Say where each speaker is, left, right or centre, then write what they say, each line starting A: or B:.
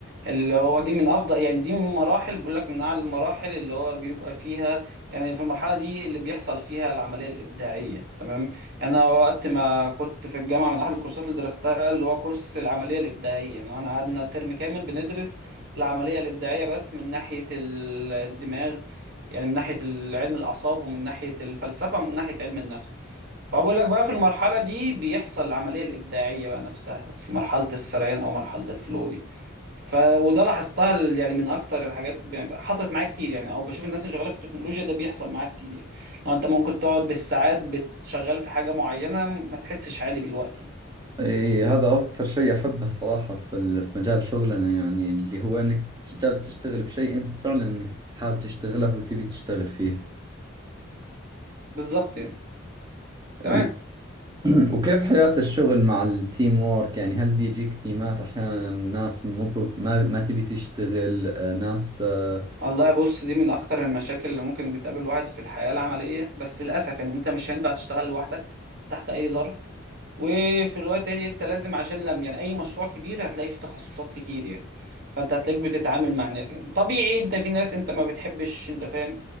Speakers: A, on the right (about 50°); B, on the right (about 20°).
A: اللي هو دي من أفضل يعني دي من مراحل بقول لك من أعلى المراحل اللي هو بيبقى فيها يعني في المرحلة دي اللي بيحصل فيها العملية الإبداعية تمام يعني أنا وقت ما كنت في الجامعة من أحد الكورسات اللي درستها اللي هو كورس العملية الإبداعية يعني أنا قعدنا ترم كامل بندرس العملية الإبداعية بس من ناحية ال- الدماغ يعني من ناحية علم الأعصاب ومن ناحية الفلسفة ومن ناحية علم النفس فبقول لك بقى في المرحلة دي بيحصل العملية الإبداعية بقى نفسها في مرحلة السريان أو مرحلة الفلو دي ف وده لاحظتها ال- يعني من أكتر الحاجات ب- حصلت معايا كتير يعني أو بشوف الناس اللي شغالة في التكنولوجيا ده بيحصل معايا كتير يعني لو أنت ممكن تقعد بالساعات بتشغل في حاجة معينة ما تحسش عادي بالوقت يعني.
B: ايه هذا اكثر شيء احبه صراحة في ال- في مجال شغلنا يعني اللي هو انك جالس تشتغل بشيء انت فعلا انك حابب تشتغله وتبي تشتغل فيه
A: بالظبط يعني تمام
B: إيه، <clears throat> وكيف حياة الشغل مع التيم وورك يعني هل دي يجيك تيمات أحيانا ناس مو ب- ما ما تبي تشتغل آه، ناس آه،
A: والله بص دي من أكتر المشاكل اللي ممكن بتقابل الواحد في الحياة العملية بس للأسف يعني أنت مش هينفع تشتغل لوحدك تحت أي ظرف وفي الوقت التاني انت لازم عشان لم يعني اي مشروع كبير هتلاقي فيه تخصصات كتير يعني فانت هتلاقيك بتتعامل مع ناس يعني طبيعي انت في ناس انت ما بتحبش انت فاهم